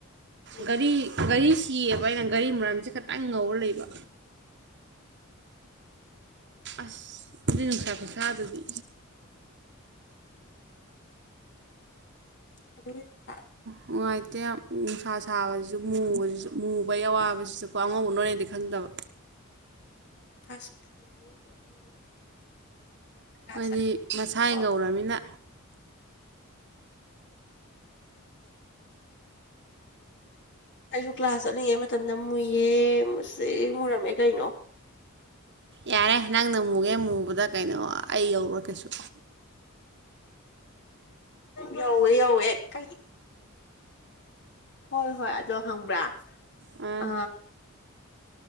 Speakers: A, on the left; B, on the right.
A: ꯎꯝ
B: ꯒꯥꯔꯤ ꯒꯥꯔꯤꯁꯤꯑꯕ ꯑꯩꯅ ꯒꯥꯔꯤ ꯃꯔꯝꯁꯦ ꯇꯪ ꯉꯧꯔ ꯂꯩꯕ ꯑꯁ ꯅꯁꯥꯄ ꯁꯥ ꯑꯗꯨꯗꯤ
A: ꯑꯗꯨ ꯅꯨꯡꯁ
B: ꯅꯨꯡꯉꯥꯏꯇꯦ ꯅꯨꯡꯁꯥ ꯁꯥꯕꯁꯤꯁꯨꯕꯁꯤꯁꯨ ꯃꯨꯕꯩ ꯑꯋꯥꯕꯁꯤꯁꯨꯀꯣ ꯑꯉꯧꯕ ꯅꯣꯏ ꯍꯥꯏꯗꯤ ꯈꯪꯗꯕ
A: ꯑꯁ ꯃꯨꯔꯦ ꯀ꯭ꯂꯥꯁ
B: ꯍꯥꯏꯗꯤ
A: ꯆꯠꯂꯤꯉꯩ ꯃꯇꯝꯗꯀꯣ
B: ꯃꯁꯥ ꯉꯧꯔꯕꯃꯤꯅ
A: ꯑꯩꯁꯨ ꯀ꯭ꯂꯥꯁ ꯆꯠꯂꯤꯉꯩ ꯃꯇꯝꯗ ꯃꯨꯏꯌꯦ ꯃꯨꯁꯤ ꯃꯨꯔꯝꯃꯦ ꯀꯩꯅꯣ
B: ꯌꯥꯔꯦ ꯅꯪ ꯅꯪ ꯃꯨꯒꯦ ꯃꯨꯕꯗ ꯀꯩꯅꯣ ꯑꯩ ꯌꯧꯔꯣ ꯀꯩꯁꯨ
A: ꯌꯧꯋꯦ ꯌꯧꯋꯦ ꯀ ꯍꯣꯏ ꯍꯣꯏ ꯑꯗꯣ ꯍꯪꯕ꯭ꯔꯥ
B: ꯑꯥ
A: ꯑ